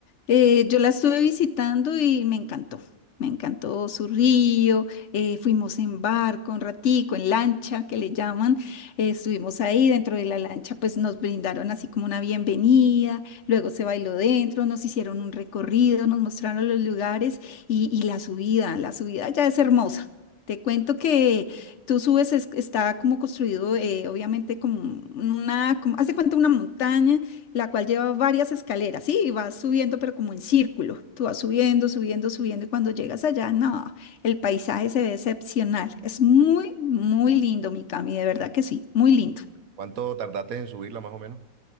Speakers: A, on the left; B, on the right.
A: Eh,
B: Sí.
A: yo la estuve visitando y me encantó. Me encantó su río, eh, fuimos en barco un ratico, en lancha que le llaman, eh, estuvimos ahí dentro de la lancha, pues nos brindaron así como una bienvenida, luego se bailó dentro, nos hicieron un recorrido, nos mostraron los lugares y, y la subida, la subida ya es hermosa. Te cuento que tú subes, es- está como construido, eh, obviamente como una, como, haz de cuenta una montaña la cual lleva varias escaleras, sí, y vas subiendo, pero como en círculo. Tú vas subiendo, subiendo, subiendo, y cuando llegas allá, no, el paisaje se ve excepcional. Es muy, muy lindo, mi Cami, de verdad que sí, muy lindo.
B: ¿Cuánto tardaste en subirla más o menos?